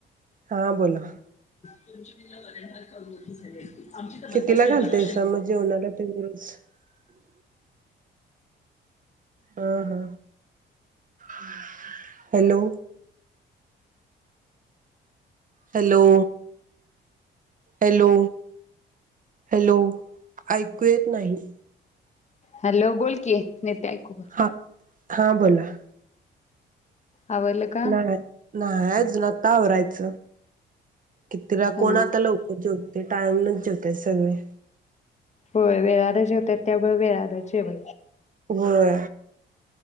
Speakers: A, on the right (about 40°); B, on the left (about 35°).
A: हा बोला.
B: <inaudible> मोठी झाली अस आमची तर बट्टासे
A: कितीला घालतायस
B: आणि बालुशाही
A: मग <unintelligible> हा हा हा हॅलो हॅलो हॅलो हॅलो ऐकू येत नाही
B: हॅलो बोल की येते ऐकू बोल
A: हा हा बोला
B: आवरलं का
A: नाह्य नाय अजून आता आवरायच. कि तिला
B: हा
A: कोण आता लवकर जेवते टाईमलाच जेवतय सगळे.
B: हो लय आरे तर त्यामुळे वेलाण जेवा
A: होय.